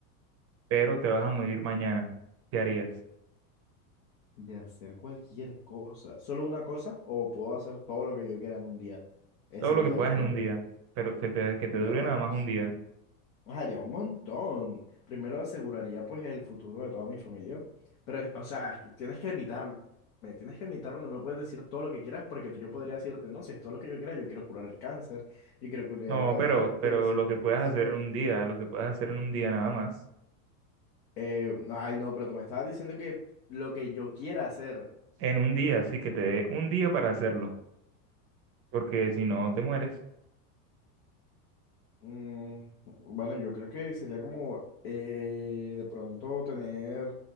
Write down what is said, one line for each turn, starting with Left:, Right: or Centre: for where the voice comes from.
Right: pero te vas a morir mañana, ¿qué harías?
Left: de hacer cualquier cosa, solo una cosa, o puedo hacer todo lo que yo quiera en un día, ese
Right: Todo lo
Left: día
Right: que puedas
Left: antes
Right: en
Left: de
Right: un
Left: morir.
Right: día, pero que te, que te
Left: Bueno,
Right: dure nada
Left: Ari.
Right: más un día.
Left: haría un montón. Primero aseguraría pues el futuro de toda mi familia. Pero, o sea, es que tienes que limitarme. Tienes que limitarme, no me puedes decir todo lo que quieras porque entonces yo podría decirte, no, si es todo lo que yo quiera, yo quiero curar el cáncer, yo quiero curar
Right: No,
Left: la
Right: pero,
Left: diabetes,
Right: pero
Left: la
Right: lo
Left: hipertensión.
Right: que puedas hacer en un día, lo que puedas hacer en un día nada más.
Left: Eh, no, ay, no, pero tú me estabas diciendo que lo que yo quiera hacer,
Right: En un día, sí que te dé un día para hacerlo, porque si no te mueres.
Left: Mm, bueno, yo creo que sería como eh, de pronto tener